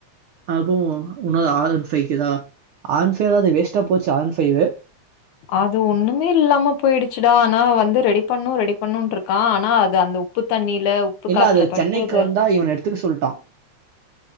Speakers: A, on the right; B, on the left.
A: அப்போ உன்னாது ஆர் அண்ட ஃபைக்குதா ஆர் ஆன் ஃபைவ் அதாது வேஸ்ட்டாக போச்சு ஆர்ன் ஃபைவ்
B: அது ஒன்னுமே இல்லாம போயிடுச்சிடா ஆனா அவ வந்து ரெடி பண்ணு ரெடி பண்ணுட்டிருக்கா ஆனா அது அந்த உப் உப்பு தண்ணில உப்பு
A: இல்ல
B: காத்துல
A: அது
B: பட்டு
A: சென்னைக்கு
B: அது
A: வந்தா இவன எடுத்துக்க சொல்டா